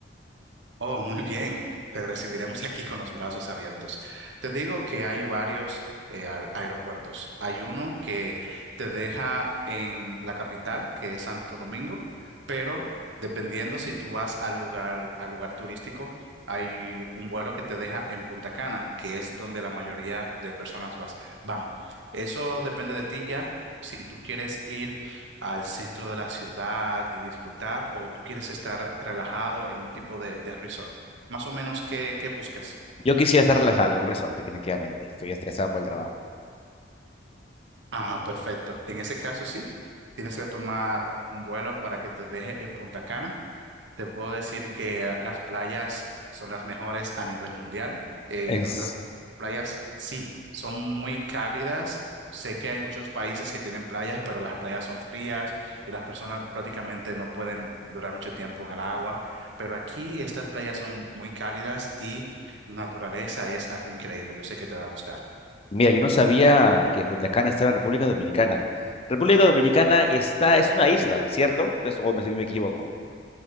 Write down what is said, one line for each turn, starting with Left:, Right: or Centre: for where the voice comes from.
Right: Oh, muy bien. Te recibiremos aquí con los brazos abiertos. Te digo que hay varios eh, aer- aeropuertos. Hay uno que te deja en la capital, que es Santo Domingo, pero dependiendo si tú vas al lugar, al lugar turístico, hay un vuelo que te deja en Punta Cana, que es donde la mayoría de personas vas- van. Eso depende de ti ya. Si tú quieres ir al centro de la ciudad y disfrutar o tú quieres estar relajado en un tipo de, de resort? Más o menos, ¿qué, qué buscas?
Left: Yo quisiera estar relajado en un resort, definitivamente. Estoy estresado por el trabajo.
Right: Ah, perfecto. En ese caso, sí, tienes que tomar un vuelo para que te deje en Punta Cana. Te puedo decir que ah, las playas son las mejores a nivel mundial. Eh,
Left: Es-
Right: nuestras playas sí, son muy cálidas. Sé que hay muchos países que tienen playas, pero las playas son frías y las personas prácticamente no pueden durar mucho tiempo en el agua. Pero aquí estas playas son muy cálidas y la naturaleza es algo increíble. Yo sé que te va a gustar.
Left: Mira, yo no sabía que Punta Cana estaba en República Dominicana. República Dominicana está, es una isla, ¿cierto? Es- o me, si me equivoco.